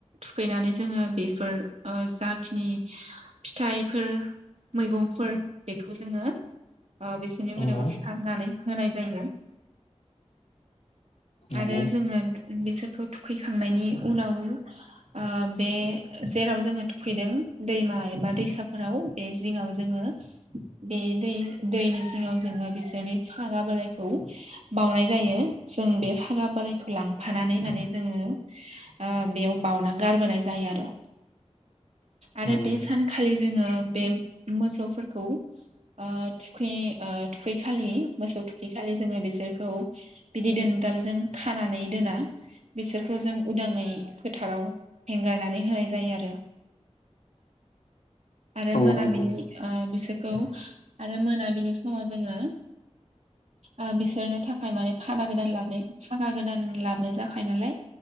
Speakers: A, on the right; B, on the left.
A: थुखैनानै जोङो बेफोर ओ जा खिनि फिथाइफोर मैगंफोर बेखौ जोङो ओ बिसोरनि
B: नंगौ
A: मोदोमाव सारनानै होनाय जायो।
B: नंगौ
A: आरो जोङो बिसोरखौ थुखैखांनायनि उनाव ओ बे बे जेराव जोङो थुख फैदों दैमा एबा दैसाफोराव बे जिङाव जोङो बे दै दैनि जिङाव जोङो बिसोरनि फागा बोरायखौ बाउनाय जायो जों बे फागा बोरायखौ ला लांफानानै माने जोङो ओ बेयाव बाउना गारबोनाय जायो आरो। आरो
B: नंगौ
A: बे सानखालि जोङो बे मोसौफोरखौ ओ थुखै ओ थुखैखालि मोसौ थुखै खालि जोङो बिसोरखौ बिदि दोन दालजों खानानै दोना बिसोरखौ जों उदाङै फोथाराव हेंगारनानै होनाय जायो आरो आरो
B: औ
A: मोनाबिलि
B: नंगौ
A: ओ बिसोरखौ आरो मोनाबिलि समाव जोङो ओ बिसोरनो थाखाय माने फादा गोदान लाबनाय फागा गोदान लाबनाय जाखायो नालाय